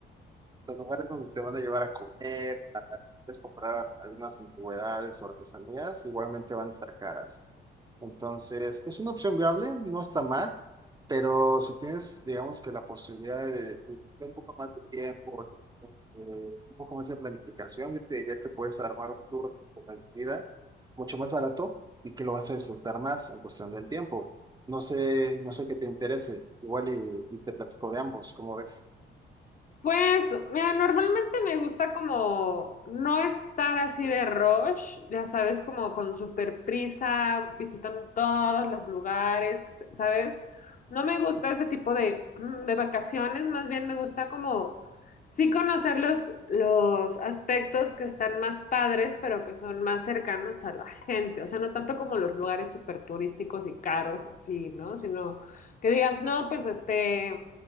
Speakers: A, on the right; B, on the left.
A: los lugares donde te van a llevar a comer, a puedes comprar algunas antigüedades o artesanías, igualmente van a estar caras. Entonces, es una opción viable, no está mal, pero si tienes, digamos que la posibilidad de un poco más de tiempo, eh, un poco más de planificación, yo te diría que puedes armar un tour con calidad mucho más barato y que lo vas a disfrutar más en cuestión del tiempo. No sé, no sé qué te interese, igual y, y te platico de ambos, ¿cómo ves?
B: Pues, mira, normalmente me gusta como no estar así de rush, ya sabes, como con super prisa, visitando todos los lugares, que se- ¿sabes? No me gusta ese tipo de, mm, de vacaciones, más bien me gusta como sí conocer los, los aspectos que están más padres, pero que son más cercanos a la gente, o sea, no tanto como los lugares súper turísticos y caros y así, ¿no? Sino que digas, no, pues este